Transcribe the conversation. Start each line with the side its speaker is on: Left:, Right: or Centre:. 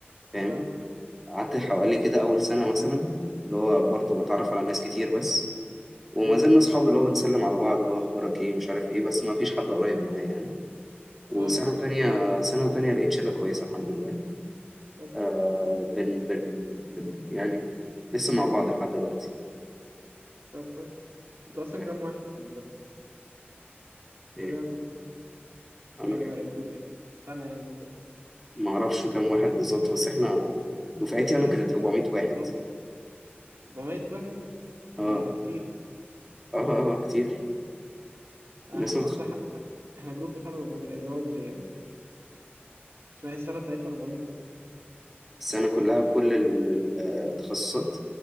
Centre: فاهم
Right: اه
Centre: قعدت حوالي كده أول سنة مثلا اللي هو برضه بتعرف على ناس كتير بس وما
Right: أمم،
Centre: زلنا أصحاب اللي هو بنسلم على بعض اللي هو أخبارك إيه مش عارف إيه بس ما فيش حد قريب معايا يعني وسنة
Right: اه
Centre: تانية سنة تانية لقيت شلة كويسة الحمد لله
Right: طب كويس
Centre: آه بن بن بن يعني لسه مع بعض لحد دلوقتي
Right: طب كويس انتوا اصلا
Centre: آه،
Right: كام واحد في الكليه
Centre: إيه
Right: عندكم كام
Centre: أنا
Right: يعني ما يقول يعني سنة يعني
Centre: ما اعرفش كام واحد بالظبط بس احنا دفعتي
Right: تقريبا
Centre: انا كانت كتير
Right: يعني
Centre: 400 واحد
Right: قصدي قصدي ده 400 واحد
Centre: اه
Right: ايه ده كتير
Centre: اه اه كتير
Right: أنا
Centre: الناس
Right: ح-
Centre: متخ...
Right: اصل إح- إح- احنا جروب بتاعنا 400 اللي هو اللي يعني اسمها إيه السنة بتاعتنا 400 واحد
Centre: السنه كلها بكل ال- ال- التخصصات